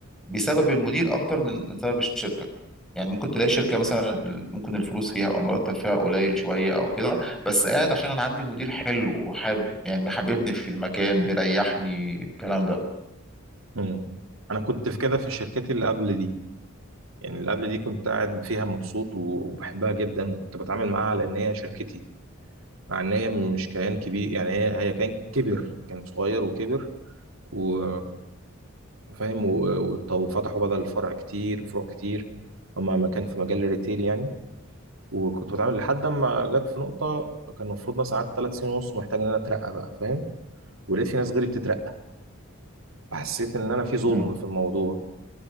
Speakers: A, in the centre; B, on the right (about 80°).
A: بسبب المدير اكتر من من سبب الشركه يعني ممكن تلاقي شركه مثلا ال- ممكن الفلوس فيها او المرتب فيها قليل شويه او كده بس قاعد عشان انا عندي مدير حلو وحاب يعني محببني في المكان مريحني الكلام ده
B: مم. انا كنت في كده في الشركات اللي قبل دي يعني اللي قبل دي كنت قاعد فيها مبسوط وبحبها جدا وكنت بتعامل معاها على ان هي شركتي مع ان هي مش كيان كبير يعني هي هي كيان كبر كان صغير وكبر و فاهم و- وط- وفتحوا بدل الفرع كتير فروع كتير هما ما كان في مجال الريتيل يعني وكنت بتعامل لحد ما جت في نقطة كان المفروض مثلا قعدت ثلاث سنين ونص ومحتاج ان انا اترقى بقى فاهم ولقيت في ناس غيري بتترقى فحسيت ان انا في
A: مم.
B: ظلم في الموضوع